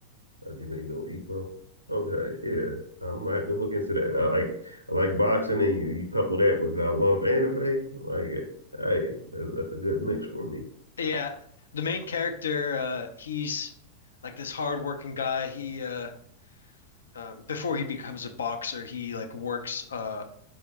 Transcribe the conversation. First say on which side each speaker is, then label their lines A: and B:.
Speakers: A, on the right; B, on the left.
A: Hajime no Ippo. Okay, yeah, I might have to look into that. I like I like boxing, and you, you couple that with I love anime. Like, hey, that's a good mix for me.
B: Yeah, the main character, uh, he's like this hardworking guy. He uh, um, before he becomes a boxer, he like works uh,